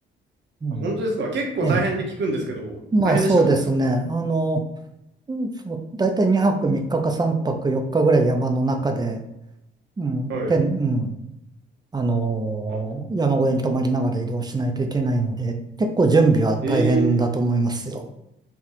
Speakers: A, on the right; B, on the right.
A: うん。
B: あ、本当ですか結構大変って聞くんですけど、
A: ええ。まあそうですね。
B: 大変でしたかやっぱ。
A: あの、うんそう、だいたい2泊3日か3泊4日ぐらい山の中で、うん、
B: はい。
A: てん、うん、あのー山小屋に泊まりながら移動しないといけないんで、
B: あ、
A: 結構準備は大変だと思いますよ。
B: ええ。